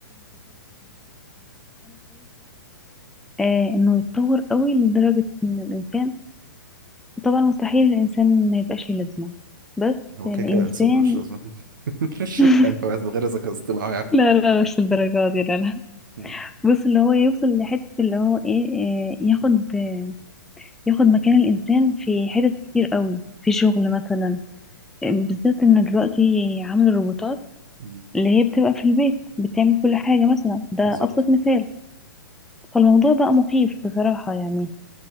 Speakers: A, in the centre; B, on the right.
A: آه انه يتطور قوي لدرجة ان الانسان طبعا مستحيل الانسان ما يبقاش ليه لازمة بس
B: هو
A: الانسان
B: كده كده إنسان ملوش لازمة <laughs>
A: <laughs>
B: يعني هو من غير ذكاء اصطناعي
A: لا لا لا، مش الدرجة دي لا لا
B: م-
A: بص اللي هو يوصل لحتة اللي هو ايه آه ياخد آه ياخد مكان الانسان في حتت كتير قوي في شغل مثلا آه، بالذات ان دلوقتي عملوا الروبوتات
B: م-
A: اللي هي بتبقى في البيت بتعمل كل حاجة مثلا ده
B: بالظبط
A: ابسط مثال فالموضوع بقى مخيف بصراحة يعني